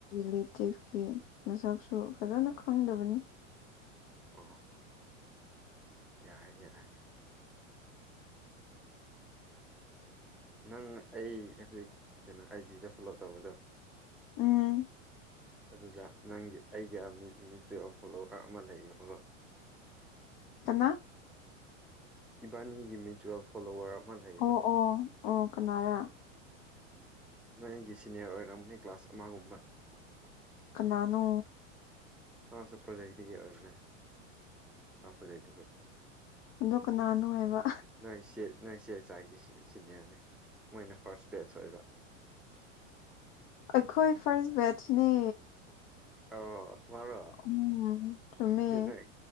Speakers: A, on the left (about 50°); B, in the centre.
A: ꯂꯤꯠ ꯇꯦꯐꯀꯤ ꯃꯁꯛꯁꯨ ꯐꯖꯅ ꯈꯪꯗꯕꯅꯤ
B: ꯑꯣ ꯑꯣ ꯑꯣ ꯌꯥꯏ ꯌꯥꯏ ꯑꯗꯨ ꯅꯪ ꯑꯩ ꯍꯧꯖꯤꯛ ꯀꯩꯅꯣ ꯑꯥꯏꯖꯤꯗ ꯐꯣꯂꯣ ꯇꯧꯕꯗꯣ
A: ꯎꯝ <unintelligible> <inaudible>
B: ꯑꯗꯨꯗ ꯅꯪꯒꯤ ꯑꯩꯒꯤ ꯃꯤꯆꯤꯌꯦꯜ ꯐꯣꯂꯣꯋꯔ ꯑꯃ ꯂꯩꯌꯦꯕꯀꯣ
A: ꯀꯅꯥ
B: ꯏꯕꯥꯅꯤꯒꯤ ꯃꯤꯆꯨꯋꯦꯜꯐ ꯐꯣꯂꯣꯋꯔ ꯑꯃ ꯂꯩ
A: ꯑꯣ ꯑꯣ ꯑꯣ ꯀꯅꯥꯔ
B: ꯏꯕꯥꯅꯤꯒꯤ ꯁꯤꯅꯤꯌꯔ ꯒꯨꯝꯕ ꯑꯣꯏꯔꯝꯅꯤ ꯀ꯭ꯂꯥꯁ ꯑꯃꯒꯨꯝꯕ
A: ꯀꯅꯥꯅꯣ
B: ꯑꯁꯨ ꯄ꯭ꯔꯣꯖꯦꯛꯇꯒꯤ ꯑꯣꯏꯕꯅꯦ ꯄ꯭ꯔꯣꯖꯦꯛꯇꯒꯤ
A: ꯑꯗꯣ ꯀꯅꯥꯅꯣ ꯍꯥꯏꯕ
B: ꯅꯣꯏ ꯆꯦ ꯅꯣꯏ ꯏ ꯆꯦ ꯏ ꯆꯥꯏꯒꯤ ꯁꯤꯅꯤꯌꯔꯅꯦ ꯃꯣꯏꯅ ꯐꯥꯔꯁ ꯄꯦꯖ ꯑꯣꯏꯕ
A: <unintelligible> <inaudible> ꯑꯩꯈꯣꯏ ꯐꯔꯁ ꯕꯦꯠꯁꯅꯦ
B: ꯑꯣ ꯋꯥꯔꯣ
A: ꯎꯝ ꯆꯨꯝꯃꯦ
B: ꯑꯗꯨꯗꯤ ꯅꯣꯏ